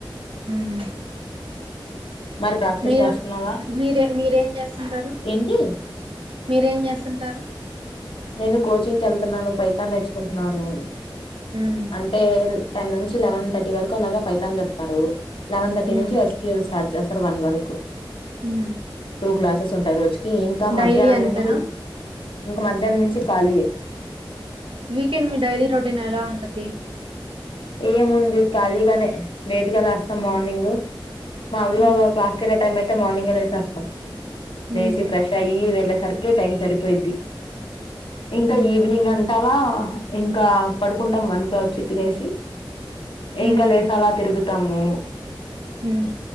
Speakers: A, on the right; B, on the left.
A: మ్మ్
B: మరి ప్రాక్టీస్
A: మీరు
B: చేస్తున్నావా?
A: మీరే మీరేం చేస్తుంటారు
B: ఏంటి?
A: మీరేం చేస్తుంటారు
B: నేను కోచింగ్కి వెళ్తున్నాను పైతాన్ నేర్చుకుంటున్నాను
A: ఉమ్
B: అంటే టెన్ నుంచి లెవెన్ థర్టీ వరకు అలాగ పైతన్ చెప్తారు లెన్ థర్టీ
A: ఉమ్
B: నుంచి ఎస్. క్యు. ఎల్ స్టార్ట్ చేస్తారు ర్ వన్ వరకు
A: ఉమ్
B: టూ క్లాసెస్ ఉంటాయి రోజుకి ఇంకా మధ్యాహ్నం
A: డైలీ అంతేనా
B: నుంచి ఇంకా మధ్యా దనం నుంచి ఖాళీయే
A: వీకెండ్ మీ డైలీ రొటీన్ ఎలా ఉంటది
B: ఏ ముంది కాళీగానే లేట్ గా లేస్తాం మార్నింగ్ మాములుగా
A: హ్మ్
B: క్లాస్కి వెళ్ళే టైం అయితే మార్నింగ్గే లేసేస్తాం
A: హ్మ్
B: లేచి ఫ్రెష్ అయ్యి వెళ్ళేసరికి టైం సరిపోయిద్ది ఇంకా
A: హ్మ్
B: ఈవినింగ్ అంటావా ఇంకా పడుకుంటాం వన్ కలా వచ్చి తినేసి
A: హ్మ్
B: ఏంకా లేసాలా తిరుగుతాము
A: హ్మ్